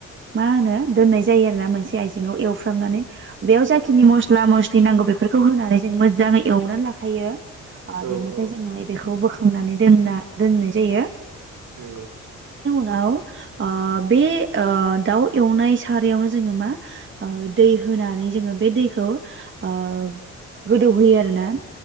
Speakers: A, on the right; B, on the right.
A: मा होनो दोननाय जायो आरो ना मोनसे आइजेंआव एवफ्रामनानै बेयाव जाखिनि मस्ला मस्लि नांगौ बेफोरखौ होनानै जों मोजाङै एवनानै लाखायो ओ
B: औ
A: बेनिफ्राय
B: औ
A: जोङो इबेखौ बोखां संनानै दोनना दोननाय जायो
B: नोंगौ
A: नाव बे दाउ एवनाय सारायावनो जोङो मा दै होनानै जोङो बे दैखौ ओ गोदौहोयो आरो ना